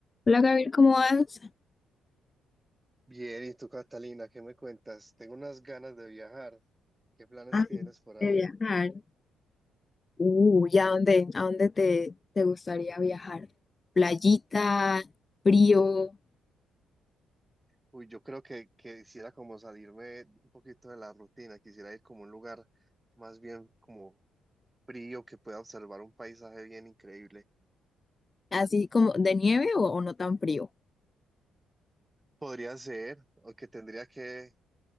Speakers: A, on the left; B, on the right.
A: Hola Gabriel, ¿cómo vas?
B: Bien, ¿y tú, Catalina, qué me cuentas? Tengo unas ganas de viajar. ¿Qué planes
A: Ay,
B: tienes por ahí?
A: de viajar. Uh, ¿y a dónde, a dónde te, te gustaría viajar? ¿Playita, frío,
B: Uy, yo creo que, que quisiera como salirme un poquito de la rutina, quisiera ir como a un lugar más bien como frío, que pueda observar un paisaje bien increíble.
A: así como de nieve o, o no tan frío?
B: Podría ser, o que tendría que